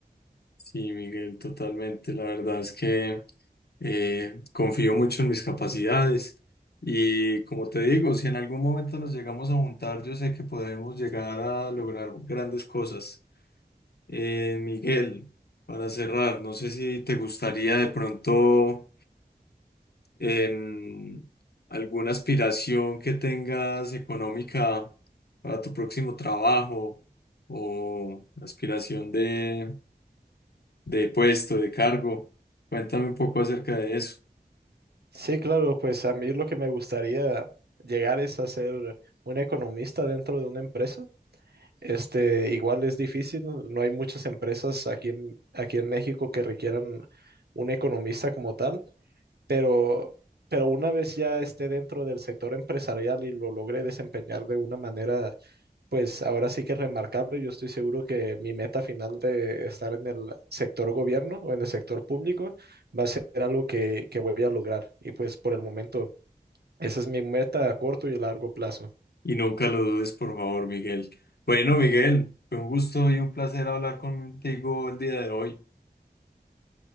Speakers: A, on the left; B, on the right.
A: Sí, Miguel, totalmente. La verdad es que eh, confío mucho en mis capacidades y como te digo, si en algún momento nos llegamos a juntar, yo sé que podemos llegar a lograr grandes cosas. Eh, Miguel, para cerrar, no sé si te gustaría de pronto em, alguna aspiración que tengas económica para tu próximo trabajo o aspiración de, de puesto, de cargo. Cuéntame un poco acerca de eso
B: Sí, claro, pues a mí lo que me gustaría llegar es a ser un economista dentro de una empresa. Este, igual es difícil, no hay muchas empresas aquí en, aquí en México que requieran un economista como tal, pero, pero una vez ya esté dentro del sector empresarial y lo logre desempeñar de una manera, pues ahora sí que remarcable, yo estoy seguro que mi meta final de estar en el sector gobierno o en el sector público va a ser algo que, que voy a lograr. Y pues por el momento esa es mi meta a corto y largo plazo.
A: y nunca lo dudes, por favor, Miguel. Bueno, Miguel, fue un gusto y un placer hablar contigo el día de hoy,